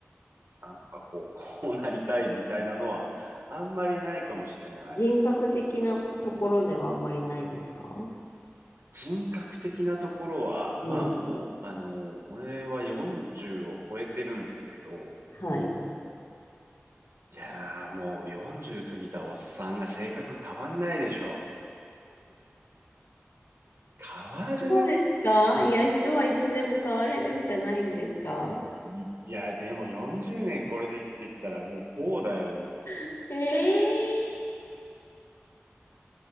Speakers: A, on the right; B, on the left.
A: なんかこう、こうなりたいみたいなのは、あんまりないかもしれない。
B: 人格的なところではあんまりないですか
A: 人格的なところは、
B: うん。
A: まあもう、あの、俺は40を超えてるんだけど、
B: はい。
A: いやーもう40過ぎたおっさんが性格変わんないでしょ変わる
B: そうですかいや、人はいつでも変われるんじゃないんですか
A: いや、でも40年これで生きてきたらもうこうだよ。
B: ええー